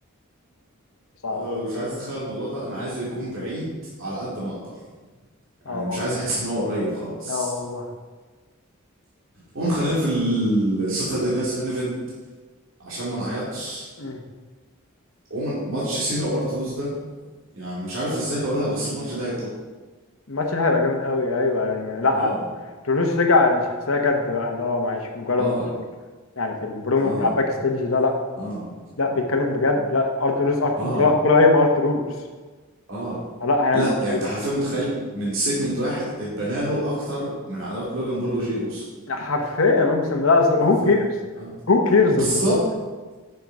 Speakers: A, on the left; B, on the right.
A: صعبة
B: أنا مش عايز اتخيل الموضوع ده انا عايزه يكون بعيد على قد ما اقدر يعني
A: اه
B: مش
A: والله
B: عايز احس ان هو قريب خالص
A: اه والله
B: قوم خلينا في الساتردي نايت مين ايفنت عشان ما نعيطش
A: مم.
B: عموما ماتش سينا وارتلوس ده يعني مش عارف ازاي هقولها بس الماتش ده هيكون
A: الماتش ده هيبقى جامد قوي ايوه لان لا
B: اه
A: تولوز رجع لشخصية جد بقى اللي هو مش مجرد
B: اه
A: يعني في البرومو
B: اه
A: بتاع الباك ستيج ده لا
B: اه
A: لا بيتكلم بجد لا ارتروس أرت...
B: اه
A: برا- برايم ارتروس
B: اه
A: لا هيعمل
B: لا
A: ماتش
B: يعني
A: جامد
B: انت حرفيا متخيل من سيجمنت واحد اتبنى له اكتر من عداوات لوجان بول وجي اوسو
A: حرفيا اقسم بالله
B: حرفيا
A: هو كيرز
B: اه
A: هو كيرز
B: بالظبط
A: <laughs>